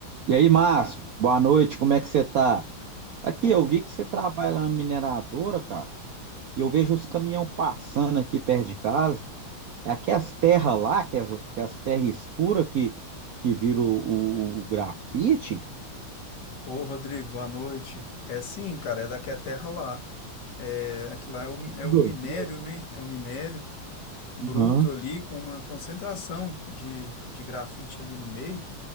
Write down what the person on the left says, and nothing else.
Ô,
ô, Rodrigo, boa noite. É sim, cara, é daqui a terra lá. É, aqui lá é o, é
o minério, né? É o minério bruto
ali com uma concentração de, de grafite ali no meio.